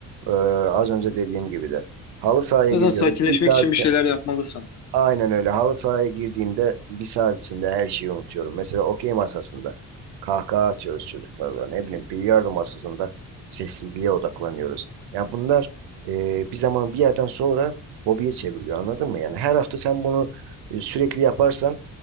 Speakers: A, on the right; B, on the left.
A: Ee, az önce dediğim gibi de. Halı sahaya
B: O
A: giriyorum.
B: yüzden sakinleşmek
A: Bir saat
B: için bir şeyler yapmalısın.
A: Aynen öyle. Halı sahaya girdiğimde bir saat içinde her şeyi unutuyorum. Mesela okey masasında kahkaha atıyoruz çocuklarla. Ne bileyim bilardo masasında sessizliğe odaklanıyoruz. Ya bunlar e, bir zaman bir yerden sonra hobiye çevriliyor anladın mı? Yani her hafta sen bunu e, sürekli yaparsan